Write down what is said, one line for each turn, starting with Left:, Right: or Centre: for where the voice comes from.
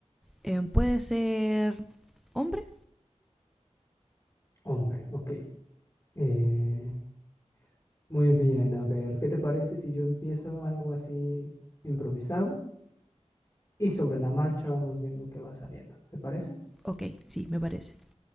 Centre: Eh, ¿Puede ser hombre?
Left: Hombre, ok. Eh, muy bien, a ver, ¿qué te parece si yo empiezo algo así improvisado? y sobre la marcha vamos viendo qué va saliendo. ¿Te parece?
Centre: Ok, sí, me parece.